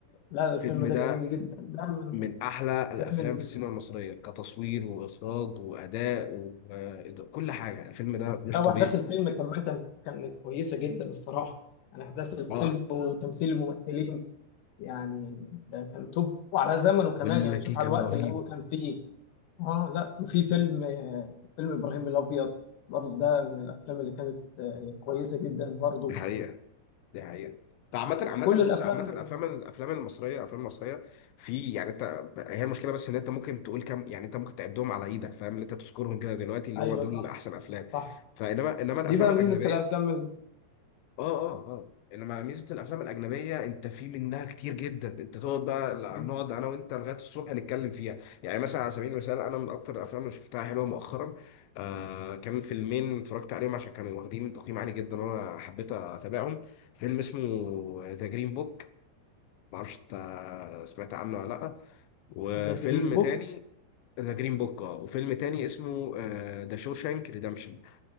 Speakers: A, on the left; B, on the left.
A: لا الفيلم
B: الفيلم ده
A: ده جميل جدا ده من
B: من احلى الافلام
A: ده من
B: في السينما المصريه كتصوير واخراج واداء وكل حاجه الفيلم ده مش
A: لا واحداث
B: طبيعي
A: الفيلم كمان كانت كانت كويسه جدا الصراحه يعني احداث الفيلم
B: اه
A: وتمثيل الممثلين يعني ده كان توب وعلى زمنه كمان
B: بقول
A: يعني
B: لك
A: شوف
B: ايه كان
A: على الوقت
B: رهيب
A: اللي هو كان فيه اه لا وفي فيلم آه، فيلم ابراهيم الابيض برضه ده من الافلام اللي كانت آه، كويسه جدا برضه
B: الحقيقه دي حقيقة ده عامة عامة
A: كل الافلام
B: بص عامة
A: الأجنبية.
B: الأفلام الأفلام المصرية الأفلام المصرية في يعني أنت هي المشكلة بس إن أنت ممكن تقول كم يعني أنت ممكن تعدهم على إيدك فاهم اللي أنت تذكرهم كده دلوقتي اللي
A: ايوه
B: هو دول
A: صح
B: أحسن أفلام
A: صح
B: فإنما إنما
A: دي
B: الأفلام
A: بقى
B: الأجنبية
A: ميزه الافلام ال-
B: اه اه اه انما ميزه الافلام الاجنبيه انت في منها كتير جدا انت تقعد بقى لا،
A: جدا
B: نقعد انا وانت لغايه الصبح نتكلم فيها يعني مثلا على سبيل المثال انا من اكتر الافلام اللي شفتها حلوه مؤخرا آه كان فيلمين اتفرجت عليهم عشان كانوا واخدين تقييم عالي جدا وانا حبيت اتابعهم فيلم اسمه ذا جرين بوك معرفش انت سمعت عنه ولا لا وفيلم
A: ذا جرين بوك
B: تاني ذا جرين بوك اه وفيلم تاني اسمه ذا شوشانك ريدمشن